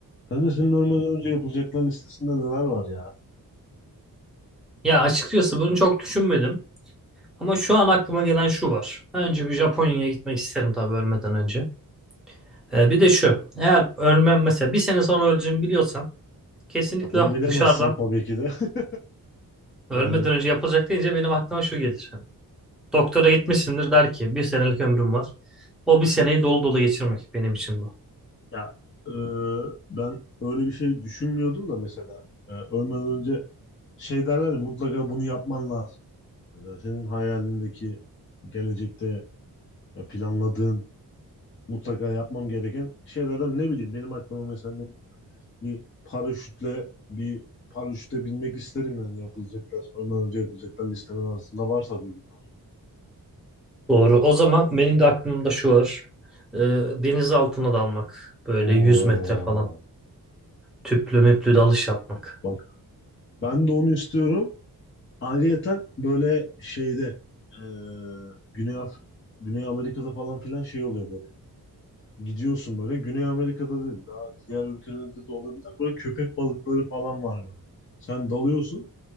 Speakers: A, on the left; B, in the centre.
A: Kanka senin ölmeden önce yapılacaklar listesinde neler var ya?
B: Ya açıkçası bunu çok düşünmedim. Ama şu an aklıma gelen şu var. Önce bir Japonya'ya gitmek isterim tabii ölmeden önce. Ee, bir de şu. Eğer ölmem mesela bir sene sonra öleceğimi biliyorsam kesinlikle
A: Ya Bunu bilemezsin
B: dışarıdan
A: tabii ki de. <laughs> Yani
B: ölmeden önce yapılacak deyince benim aklıma şu gelir. Hani doktora gitmişsindir der ki bir senelik ömrüm var. O bir seneyi dolu dolu geçirmek benim için bu.
A: Ya e, ben öyle bir şey düşünmüyordum da mesela e, ölmeden önce şey derler ya mutlaka bunu yapman lazım. Mesela senin hayalindeki gelecekte ya planladığın mutlaka yapmam gereken şeylerden ne bileyim benim aklıma mesela ne bileyim, bir paraşütle bir paraşütle binmek isterim yani yapılacaklar ölmeden önce yapılacaklar listemin arasında varsa bir bunlar.
B: Doğru. O zaman benim de aklımda şu var. Ee, deniz altına dalmak. Böyle
A: Oo.
B: 100 metre falan. Tüplü müplü dalış yapmak.
A: bak. Ben de onu istiyorum. Ayrıyeten böyle şeyde e, Güney Af Güney Amerika'da falan filan şey oluyor böyle. Gidiyorsun böyle. Güney Amerika'da değil. Daha diğer ülkelerde de olabilir. Böyle köpek balıkları falan var böyle. Sen dalıyorsun